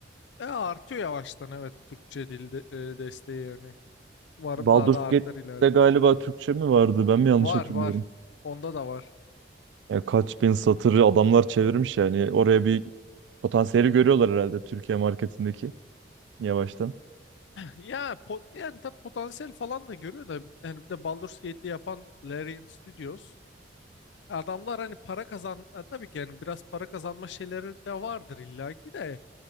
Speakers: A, on the left; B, on the right.
A: e, artıyor yavaştan evet Türkçe dilde e, desteği yani. Umarım
B: Baldur's
A: daha da artar
B: Gate'de
A: ileride.
B: galiba Türkçe mi vardı? Ben mi yanlış
A: Var
B: hatırlıyorum?
A: var. Onda da var.
B: Ya kaç bin satırı adamlar çevirmiş yani. Oraya bir potansiyeli görüyorlar herhalde Türkiye marketindeki yavaştan.
A: Ya po- yani tabii potansiyel falan da görüyor da yani bir de Baldur's Gate'i yapan Larian Studios adamlar hani para kazan e, tabii ki yani biraz para kazanma şeyleri de vardır illaki de